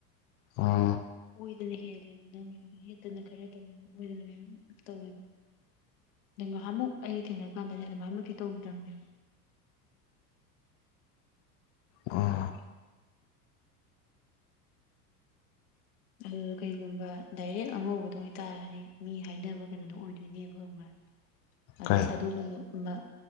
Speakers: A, on the left; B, on the left.
A: ꯑꯥ
B: ꯑꯣꯏꯗꯅ ꯍꯦꯜꯂꯦꯕ ꯅꯪꯒꯤꯗꯣ ꯌꯦꯠꯇꯅ ꯈꯔ ꯇꯧꯋꯦꯕ ꯑꯣꯏꯗꯅ ꯃꯌꯥꯝ ꯇꯧꯋꯦꯕ ꯉꯥꯍꯟꯃꯨꯛ ꯑꯩꯒ ꯊꯦꯡꯅꯔ ꯀꯥꯟꯗꯗꯤ ꯑꯗꯨꯃꯥꯏꯃꯛꯇꯤ ꯇꯧꯒꯤꯗꯕꯅꯤ
A: ꯎꯝ
B: ꯑꯗꯨ ꯀꯩꯒꯨꯝꯕ ꯗꯥꯏꯔꯦꯛ ꯑꯉꯧꯕꯗꯣ ꯑꯣꯏꯇꯥꯔꯗꯤ ꯃꯤ ꯍꯥꯏꯅꯕ ꯀꯩꯅꯣꯗꯣ ꯑꯣꯏꯗꯣꯏꯅꯦꯕ ꯈꯪꯕ꯭ꯔꯥ ꯑꯗꯨ
A: ꯀꯩ
B: ꯑꯗꯨꯒꯨꯝꯕ